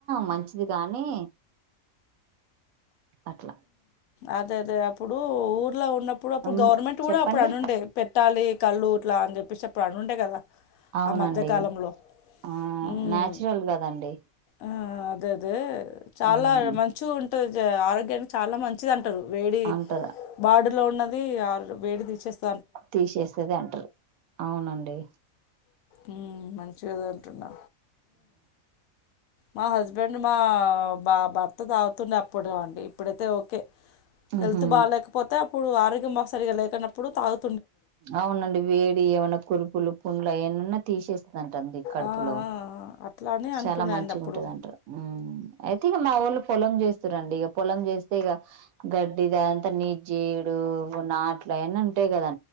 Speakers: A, on the right; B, on the left.
A: మంచిది కానీ అట్ల
B: అదె అదే అప్పుడు ఊర్లో ఉన్నప్పుడు అప్పుడు
A: ఆ
B: గవర్నమెంట్ కూడ
A: చెప్పండి
B: అప్పుడు అనిండే పెట్టాలి కళూ ఇట్లా అని చెప్పేసె అని ఉండే కదా
A: అవునండి
B: ఆ మధ్యకాలంలో
A: ఆ
B: ఉమ్
A: న్యాచురల్ కదండి
B: ఆ అదే అదే చాల
A: మ్
B: మంచిగ ఉంటుది ఆరోగ్యానికి చాలా మంచిది అ అంటరు వేడి
A: అంటారు
B: బాడులో ఉన్నది వేడి తీసేస్త
A: తీసేస్తేది అంటరు అవునండి
B: మ్ మంచిగ కద అంటున్నా మా హస్బెండ్ మా బా భర్త తాగుతుందె అప్పుడు అండి ఇప్పుడైతే ఓకే
A: ఉహు
B: హెల్త్ బాగలేకపోతే అప్పుడు ఆరోగ్యం బాగ సరిగా లేకుప్పుడు తాగు
A: అవునండి వేడి ఏమన్న కురుపులు పండ్లు ఏమన్నా తీసేస్త ఉందంటండి కడుపులో
B: ఆ! ఆ! ఆ! అట్లా అని
A: చాల
B: అంటుండే
A: మంచిగా
B: అండి అప్పుడు.
A: ఉంటది అంటారు అ ఉమ్ యితే ఇక మా ఊళ్ళు పొలం చేస్తారంండి ఇక పొలం చేస్తే ఇగ గడ్డి ద అంతా నీజ్జీడు నాట్లు అయన్నిఉంటాయి కదా